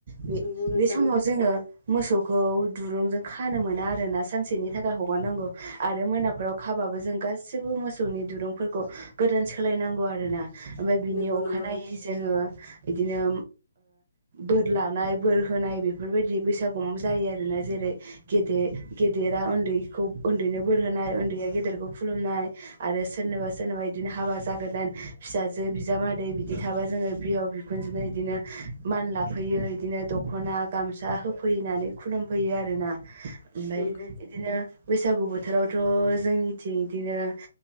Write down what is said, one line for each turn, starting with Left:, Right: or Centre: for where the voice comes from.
Right: बे
Left: नंगौ नोंथां
Right: बे समाव जोङो मोसौखौ दुरुंजों खानो मोना आरोना सानसेनि थाखा हगारनांगौ आरो मोनाफोराव खाबाबो जों गाससिबो मोसौनि दिरुंफोरखौ गोदान सोलायनांगौ आरोना ओमफ्राय बिनि
Left: नंगौ
Right: अखानायै
Left: नंगौ
Right: जोङो बिदिनो बोर लानाय बोर होनाय बेफोरबायदि बैसागु जायो आरोना जेरै गेदे गेदेरा उन्दैखौ उन्दैनो बोरहोनाय उन्दैया गेदेरखौ खुलुमनाय आरो सोरनोबा सोरनोबा बिदिनो हाबा जागोदान फिसाजो बिजामादै बिदि थाबा जोङो बिहाव बिखु खुनजोंनो बिदिनो मान लाफैयो बिदिनो दख'ना गामसा होफैनानै खुलुमफैयो आरोना ओमफ्राय
Left: नंगौ
Right: बिदिनो बैसागु बोथोरावथ' जोंनिथिं बिदिनो